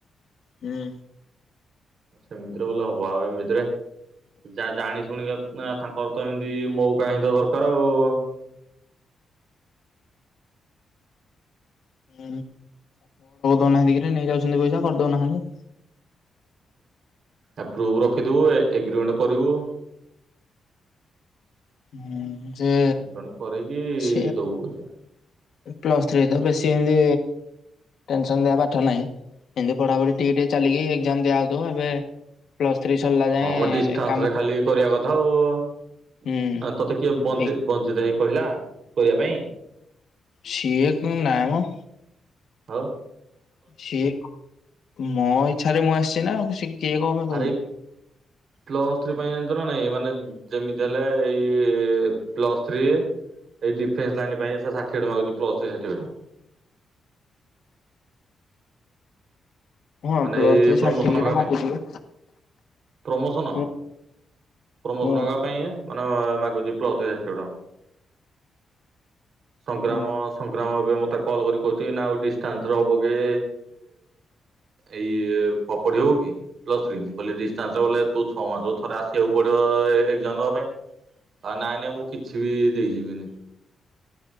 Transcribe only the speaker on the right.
ସେମିଦ୍ରେ ଗଲେ ହବ ଏମିତିରେ ଯାହା ଜାଣି ଶୁଣିକି ନା ତାଙ୍କର ତ ଏମତି ମଉକା ହିଁ ତ ଦରକାର ଆଉ।
ଆପ୍ରୁଭ ରଖିଥିବୁ ଏଗ୍ରିମେଣ୍ଟ କରିବୁ।
ଏଗ୍ରୀମେଣ୍ଟ କରିକି
ଦବୁ ପଇସା।
ହଁ ମ ଡିଷ୍ଟାନ୍ସ
ରେ ଖାଲି କରିବା କଥା ଆଉ।
ତୋତେ କିଏ ବଞ୍ଜି
ବଞ୍ଚିଦେଇ କହିଲା କରିବା ପାଇଁ।
ଆ
ଆରେ ପ୍ଲସ୍ ଥ୍ରୀ ପାଇଁ ଜାଣିଛ ନା ନାଇଁ ମାନ ଯେମିତି ହେଲା ଏଇ ପ୍ଲସ ଥ୍ରୀ ଏଇ ଡିଫେନ୍ସ ଲାଇନ୍ ପାଇଁ ସାର୍ଟିଫିକେଟ ମାଗୁଛି ପ୍ଲସ ଥ୍ରୀ ସାର୍ଟିଫିକେଟ। <inaudible>
ମାନେ
ଏଇ
ପ୍ରମୋସନ
ହବା
ପାଇଁ
ପ୍ରମୋସନ।
ପ୍ରମୋସନ
ହବା ପାଇଁ ମାନେ ମାଗୁଛି ପ୍ଲସ ଥ୍ରି ସାର୍ଟିଫିକେଟ। ସଂଗ୍ରାମ
ସଂଗ୍ରାମ ଏବେ ମତେ ତ କଲ୍ କରିକି କହୁଛି ନା ଆଉ ଡିଷ୍ଟାନ୍ସର ହେବ କି ଏଇ ପ ପଢ଼ି ହବ କି ପ୍ଲସ୍ ଥ୍ରି ମୁଁ କହିଲି <unintelligible> ଗଲେ ତୁ ଛଅ ମାସ କୁ ଥରେ ଆସିବାକୁ ପଡିବ। ତ ଏକଜାମ୍ ଦବା ପାଇଁ ଆ ନାଇଁ ନାଇଁ ମୁଁ କିଛି ବି ଦେଇଯିବିନି।